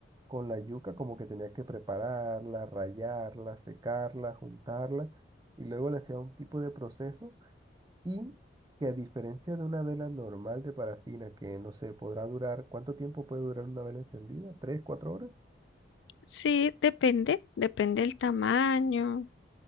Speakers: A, on the right; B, on the left.
A: con la yuca, como que tenía que prepararla, rallarla, secarla, juntarla, y luego le hacía un tipo de proceso y que a diferencia de una vela normal de parafina, que no sé, podrá durar, ¿cuánto tiempo puede durar una vela encendida? ¿Tres, cuatro horas?
B: Sí, depende, depende del tamaño.